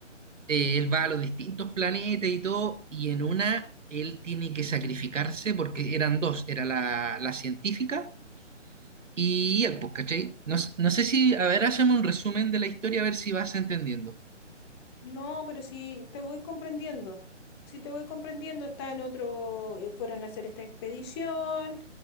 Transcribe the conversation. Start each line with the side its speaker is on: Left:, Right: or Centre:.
Right: eh, él va a los distintos planetas y todo, y en una... Él tiene que sacrificarse porque eran dos, era la, la científica Y él, pues, ¿cachai? No, s- no sé si, a ver, hazme un resumen de la historia, a ver si vas entendiendo.
Left: No, pero si te voy comprendiendo, si te voy comprendiendo, está en otro, eh, fueron a hacer esta expedición,